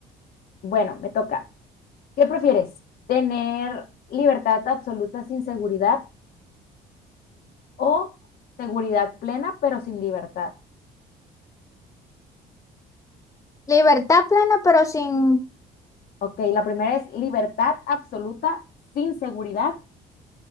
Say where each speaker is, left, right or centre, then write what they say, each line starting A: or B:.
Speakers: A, on the left (about 60°); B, on the left (about 20°).
A: bueno, me toca. ¿Qué prefieres? ¿Tener libertad absoluta sin seguridad o seguridad plena pero sin libertad?
B: Libertad plena, pero sin...
A: Ok, la primera es libertad absoluta sin seguridad